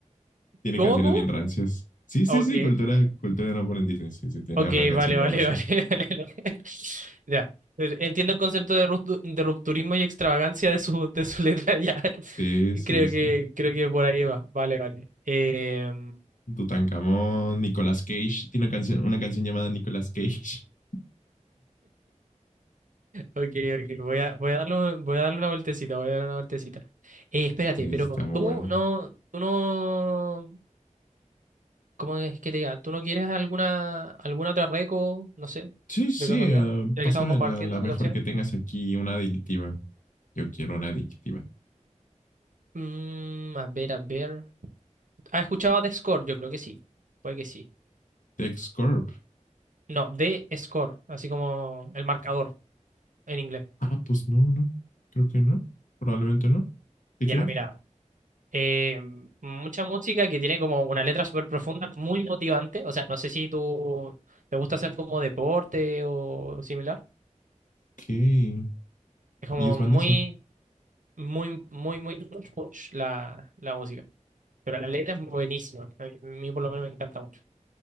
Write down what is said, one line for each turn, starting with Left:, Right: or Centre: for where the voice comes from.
Left: tiene
Right: ¿Cómo,
Left: canciones
Right: cómo?
Left: bien rancias. Sí, sí,
Right: Ok,
Left: sí, cultura, cultura no por en Disney. Sí, sí, tiene
Right: ok,
Left: una canción
Right: vale,
Left: llamada
Right: vale,
Left: así.
Right: <laughs> vale, vale, vale. Ya. Entiendo el concepto de, ruptu- de rupturismo y extravagancia de su, de su letra, ya. <laughs>
Left: Sí, sí,
Right: Creo
Left: sí.
Right: que, creo que por ahí va. Vale, vale. Eh,
Left: Tutankamón, Nicolas Cage. Tiene una canción, una canción llamada Nicolas Cage. <laughs>
Right: Ok, ok, voy a, voy a darle, voy a darle una vueltecita, voy a darle una vueltecita. Eh, espérate,
Left: Sí,
Right: pero
Left: está muy
Right: tú
Left: buena.
Right: no, tú no, ¿cómo es que te diga? ¿Tú no quieres alguna, alguna otra reco, no sé,
Left: Sí, sí,
Right: de casualidad,
Left: uh,
Right: ya que
Left: pásame
Right: estamos compartiendo
Left: la, la mejor
Right: canciones?
Left: que tengas aquí, una adictiva. Yo quiero una adictiva.
Right: Mm, a ver, a ver. ¿Has escuchado de Score? Yo creo que sí, puede que sí.
Left: TechScorp.
Right: No, de Score, así como el marcador en inglés.
Left: Ah, pues no, no. Creo que no. Probablemente no. ¿De
Right: Ya,
Left: qué va?
Right: mira, eh, mucha música que tiene como una letra súper profunda, muy motivante. O sea, no sé si tú te gusta hacer como deporte o similar.
Left: ¿Qué?
Right: Es como
Left: Y es bandesa.
Right: muy, muy, muy, muy punch, punch la, la música. Pero la letra es buenísima. A mí por lo menos me encanta mucho.